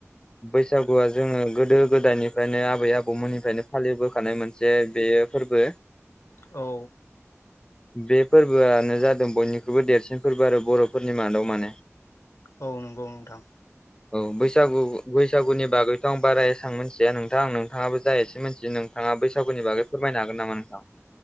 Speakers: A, on the left; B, on the left.
A: बैसागुआ जोङो गोदो गोदायनिफ्रायनो आबै आबौमोननिफ्रायनो फालिबोखानाय मोनसे बेयो फोरबो
B: औ
A: बे फोरबोआनो जादों बयनिख्रुइबो देरसिन फोरबो आरो बर'फोरनि मादाव माने
B: औ नंगौ नोंथां
A: औ बैसागु बैसागुनि बागैथ' आं बारा एसां मिथिया नोंथां आं नोंथाङाबो जा एसे मिथि नों थाङा बैसागुनिबागै फोरमायनो हागोन नामा नोंथां?